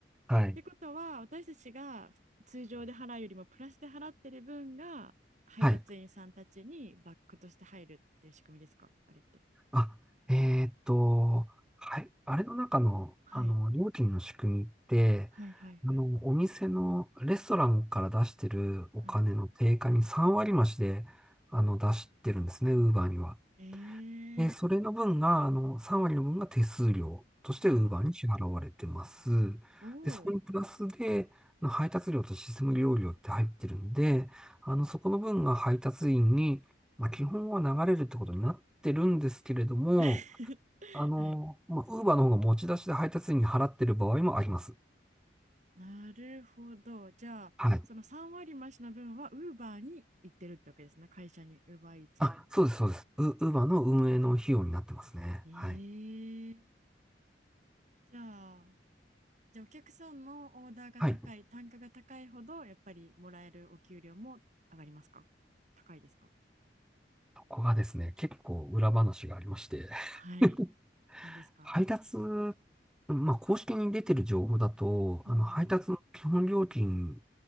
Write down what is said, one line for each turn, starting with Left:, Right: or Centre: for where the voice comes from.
Centre: はい。
Right: ってことは私たちが通常で払うよりもプラスで払ってる分が配達員さんたちにバックとして入るっていう仕組みですかあれって。
Centre: はい。あ、えーっと、はい。あれの中の、
Right: はい
Centre: あの、料金の仕組みって、
Right: はいはいはい。
Centre: あの、お店のレストランから出してるお金の定価に3割増しで、
Right: はい、
Centre: あの、出してるんですね、ウーバーには。
Right: えー、
Centre: えそれの分が、あの、3割の分が手数料として
Right: なるほど。
Centre: Uber に支払われてます。
Right: おお。
Centre: で、そこにプラスで、あの配達料とシステム利用料って入ってるんで、あの、そこの分が配達員に、まあ、基本は流れるってことになってるんですけれども、
Right: <laughs>
Centre: あの、
Right: はい。
Centre: まあ、Uber の方が持ち出しで配達員に払ってる場合もあります。
Right: なるほど。じゃあその3割増しの分はウーバーに行ってるってわけですね。
Centre: はい。
Right: 会社に、ウーバーいつも
Centre: あ、そうです、そうです。ウ、Uber の運営の費用になってますね。
Right: に。
Centre: はい。
Right: えー、じゃあじゃあお客さんのオーダーが高い、
Centre: はい。
Right: 単価が高いほど、やっぱりもらえるお給料も上がりますか高いですか
Centre: ここがですね、結構裏話がありまして、
Right: はい。
Centre: <laughs>
Right: なんですか
Centre: 配達、まあ、公式に出てる情報だと、
Right: うんうん。
Centre: あの、配達の基本料金、